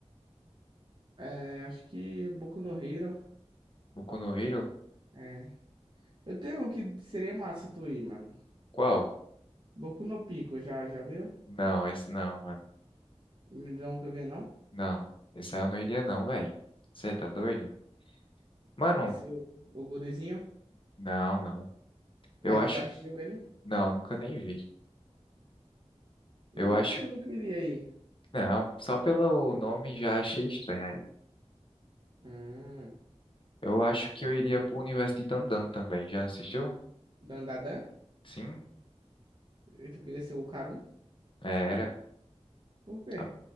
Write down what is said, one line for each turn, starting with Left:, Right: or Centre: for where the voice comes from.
Right: é, acho que Boku no Hero.
Left: Boku no Hero?
Right: É. Eu tenho um que seria massa tu ir, mano.
Left: Qual?
Right: Boku no Pico, já já viu?
Left: Não, esse não, mano.
Right: Nunca vi, não?
Left: Não. Esse aí eu não iria, não, velho. Você tá doido? Mano,
Right: Seu o gurizinho.
Left: não, não. Eu
Right: Mas
Left: acho.
Right: tu já assistiu ele?
Left: Não, nunca nem vi. Eu
Right: E como
Left: acho.
Right: é que tu não queria ir?
Left: Não, só pelo nome já achei estranho
Right: Hum.
Left: Eu acho que eu iria pro universo de Dandan também. Já assistiu?
Right: Dandadan?
Left: Sim,
Right: E tu queria ser o Karum?
Left: É, era.
Right: Por quê?
Left: Ah,